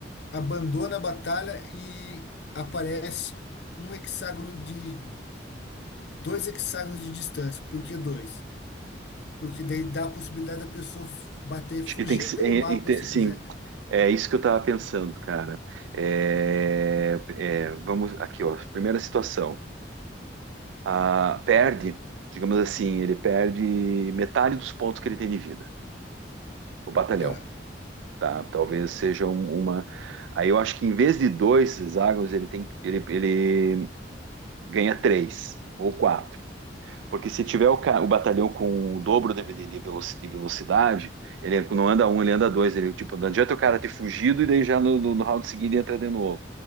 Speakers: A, on the left; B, on the right.
A: abandona a batalha e aparece um hexágono de dois hexágonos de distância. Por que dois? Porque daí dá a possibilidade da pessoa f- bater, fugir
B: Acho que tem que ser.
A: pelo
B: é,
A: mapa
B: é, tem-
A: se
B: sim,
A: quiser.
B: é isso que eu tava pensando, cara. É, é, vamos aqui, ó. Primeira situação. Ah, perde, digamos assim, ele perde metade dos pontos que ele tem de vida. o batalhão,
A: Tá.
B: tá? Talvez seja um- uma. Aí eu acho que em vez de dois hexágonos, ele tem, ele, ele ganha três ou quatro. Porque se tiver o, ca- o batalhão com o dobro de, de- de veloci- de velocidade, ele não anda um, ele anda dois. Ele, tipo, não adianta o cara ter fugido e daí já no, no, no round seguinte entra de novo.